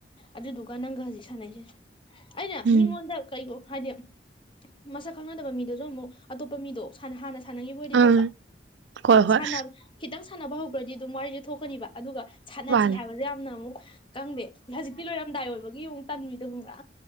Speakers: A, on the left; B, on the right.
A: ꯑꯗꯨꯗꯨꯒꯥ ꯅꯪꯒ ꯍꯧꯖꯤꯛ ꯁꯥꯟꯅꯩꯁꯤꯅꯦ ꯑꯩꯅ
B: ꯎꯝ
A: ꯃꯤꯉꯣꯟꯗ ꯀꯩꯩꯅꯣ ꯍꯥꯏꯗꯤ ꯃꯁꯛ ꯈꯪꯅꯗꯕ ꯃꯤꯗꯨꯁꯨ ꯑꯃꯨꯛ ꯑꯇꯣꯞꯄ ꯃꯤꯗꯣ ꯁꯥꯅꯍꯥꯅ ꯁꯥꯟꯅꯒꯤꯕ ꯑꯣꯏꯗꯤ
B: ꯑꯥ
A: ꯐꯕ
B: ꯍꯣꯏ ꯍꯣꯏ
A: ꯁꯥꯅꯕꯥ ꯈꯤꯇꯪ ꯁꯥꯟꯅꯕ ꯍꯧꯒ꯭ꯔꯗꯤ ꯑꯗꯨꯝ ꯋꯥꯔꯤꯁꯦ ꯊꯣꯛꯀꯅꯤꯕ ꯑꯗꯨꯒ ꯁꯥꯟꯅꯁꯤ
B: ꯃꯥꯅꯦ
A: ꯍꯥꯏꯕꯗꯨ ꯌꯥꯝꯅ ꯑꯃꯨꯛ ꯀꯪꯗꯦ ꯍꯧꯖꯤꯛꯇꯤ ꯂꯣꯏꯔꯝꯗꯥꯏ ꯑꯣꯏꯕꯒꯤ ꯑꯃꯨꯛ ꯇꯟꯕꯤꯗꯣ ꯈꯪꯕ꯭ꯔ